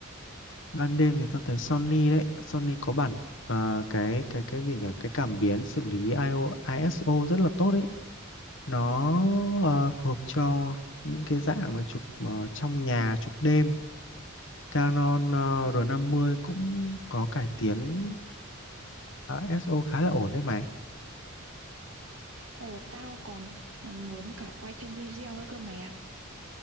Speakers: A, on the left (about 65°); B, on the right (about 70°).
A: Ban đêm thì tao thấy Sony đấy, Sony có bản à, cái cái cái gì nhỉ? Cái cảm biến xử lý IO, ISO rất là tốt đấy. nó ờ, phù hợp cho những cái dạng mà chụp ờ, trong nhà chụp đêm Canon ờ, R50 cũng có cải tiến ISO khá là ổn đấy mày
B: Ồ, tao còn, còn muốn cả quay thêm video nữa cơ mày ạ.